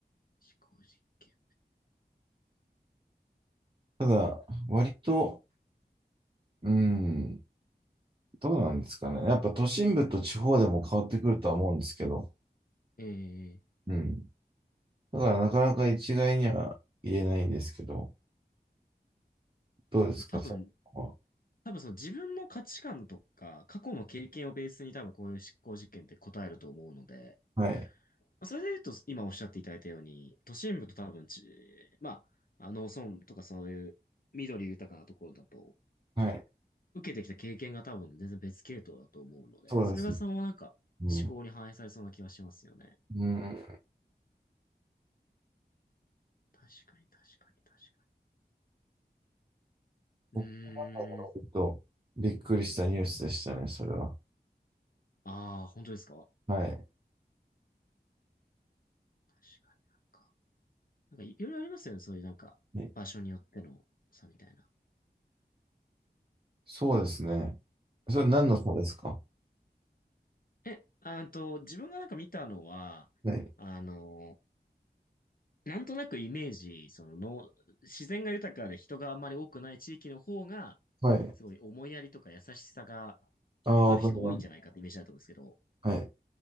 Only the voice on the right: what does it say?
ただ、割と、うん、どうなんですかね。やっぱ都心部と地方でも変わってくるとは思うんですけど、
うん。だからなかなか一概には言えないんですけど、どうですか、
そこ
は。はい。
はい。
そうですね。
うん。
うん。
僕は割とびっくりしたニュースでしたね、
それは。
はい。
ねそうですね。それは何の差ですか
はい。
はい。
ああ、
わかります。はい。